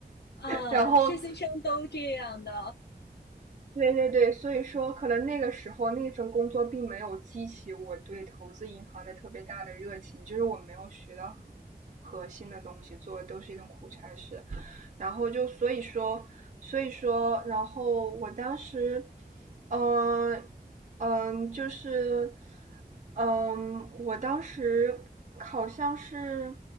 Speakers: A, on the left; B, on the right.
A: 啊，
B: <laughs> 然后
A: 实习生都这样的。
B: 对对对，所以说可能那个时候那份工作并没有激起我对投资银行的特别大的热情，就是我没有学到很核心的东西，做的都是一种苦差事。然后就所以说，所以说，然后我当时，嗯、嗯、呃呃就是，嗯、呃我当时好像是